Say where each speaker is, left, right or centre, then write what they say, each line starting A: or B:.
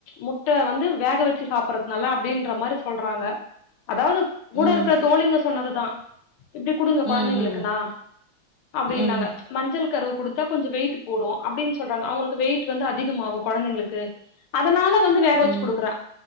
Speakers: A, on the left (about 80°); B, on the left (about 45°).
A: முட்ட வந்து வேக வெச்சு சாப்பறதுனால அப்டின்ற மாரி சொல்றாங்க அதாவ்து கூட
B: ம்
A: இருக்கற தோழிங்க சொன்னதுதா இப்டி குடுங்க கொழந்தைங்களுக்குனா
B: ம்
A: அப்டினாங்க
B: ம்
A: மஞ்சள் கருவ குடுத்தா கொஞ்ச வெயிட்டு போடு அப்டின் சொல்றாங்க அவுங்களுக்கு வெயிட் வந்து அதிகமாகு கொழந்தைங்களுக்கு அதனால வந்து வேக வெச்சு
B: ம்
A: குடுக்கறே